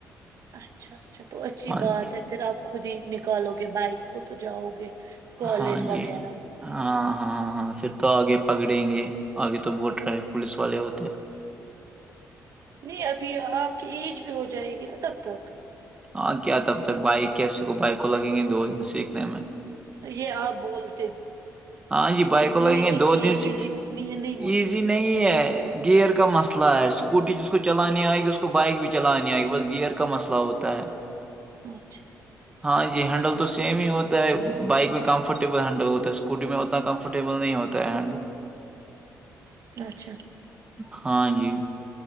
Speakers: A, on the right (about 65°); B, on the right (about 15°).
A: اچھا اچھا تو اچھی
B: ہاں
A: بات
B: جی
A: ہے پھر آپ خود ہی نکالو گے بائک کو تو جاؤ گے کالج
B: ہاں جی
A: وغیرہ
B: ہاں ہاں ہاں ہاں پھر تو آگے پکڑیں گے آگے تو بہت ٹف پولیس والے ہوتے
A: نہیں ابھی آپ کی ایج بھی ہو جائے گی نا تب تک
B: ہاں کیا تب تک بائک کی س کو بائک کو لگیں گے دو دن سیکھنے میں
A: یہ آپ بولتے ہو
B: ہاں جی بائک
A: جتنی
B: کو لگیں
A: یہ
B: گے
A: دکھتی
B: دو دن
A: ہے ایزی
B: سیکھ
A: اتنی ہی نہیں ہوتی
B: ایزی
A: ہے
B: نہیں گیئر کا مسئلہ ہے اسکوٹی جس کو چلانی آئے گی اس کو بائک بھی چلانی آئے گی بس گیئر کا مسئلہ ہوتا ہے
A: اچھا
B: ہاں یہ ہینڈل تو سیم ہی ہوتا ہے بائک میں کمفرٹیبل ہینڈل ہوتا ہے اس کو اسکوٹی میں اتنا کمفرٹیبل نہیں ہوتا ہے ہینڈ
A: اچھا
B: ہاں جی